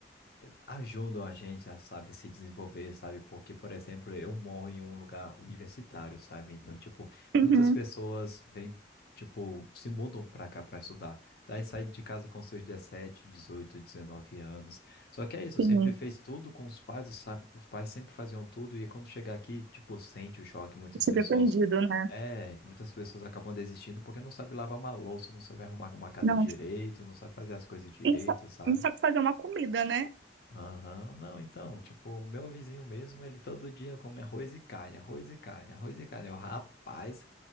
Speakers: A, on the left (about 60°); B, on the right (about 80°).
A: ajudam a gente a, sabe, se desenvolver, sabe? Porque, por exemplo, eu moro em um lugar universitário, sabe? Então, tipo,
B: Uhum,
A: muitas pessoas vêm, tipo, se mudam pra cá pra estudar. Daí sai de casa com seus 17, 18, 19 anos. Só que é isso,
B: sim,
A: sempre fez tudo com os pais, os os pais sempre faziam tudo, e quando chega aqui, tipo, sente o choque, muitas
B: se
A: pessoas.
B: ver perdido, né?
A: É, muitas pessoas acabam desistindo porque não sabe lavar uma louça, não sabe arrumar uma casa
B: Não,
A: direito, não sabe fazer as coisas direito,
B: não sa-
A: sabe?
B: não sabe fazer uma comida, né?
A: Aham, Não, então, tipo, o meu vizinho mesmo, ele todo dia come arroz e carne, arroz e carne, arroz e carne. Eu, rapaz,